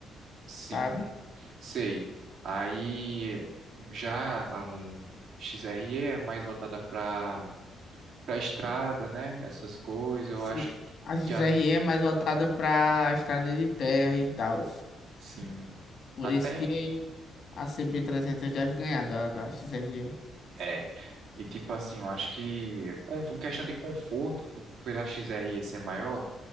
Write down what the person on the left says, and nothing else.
sabe?
Sim,
a XRE
é mais voltada para a estrada de terra e tal.
Por
isso que a CB300 deve ganhar da, da XRE.